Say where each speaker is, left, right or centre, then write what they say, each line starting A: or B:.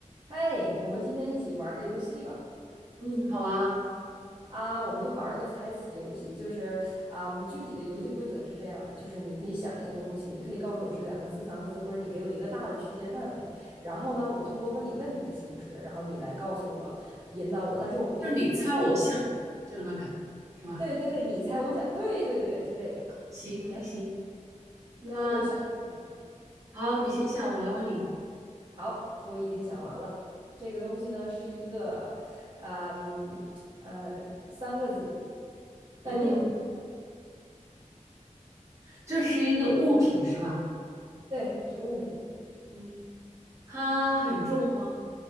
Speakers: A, on the right; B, on the right.
A: 嘿，我们今天一起玩儿个游戏吧！
B: 嗯，好啊，
A: 啊，我们就玩儿个猜词游戏，就是啊，具体的游戏规则是这样的，就是你可以想一个东西，你可以告诉我是两个字、三个字，或者你给我一个大的区间范围，然后呢，我通过问你问题的形式，然后你来告诉我，引导我，但是我不能问你开放性问题。
B: 就你猜我想，就那个，是吧？
A: 对对对，你猜我想，对对对，就这个。
B: 行行行，
A: 行，
B: 那
A: 要不我想一个。
B: 好，你先想，我来问你。
A: 好，我已经想完了。这个东西呢是一个，嗯呃，三个字带电的。
B: 嗯，这是一个物品是吧？
A: 对，是个物品，
B: 嗯，它很重吗？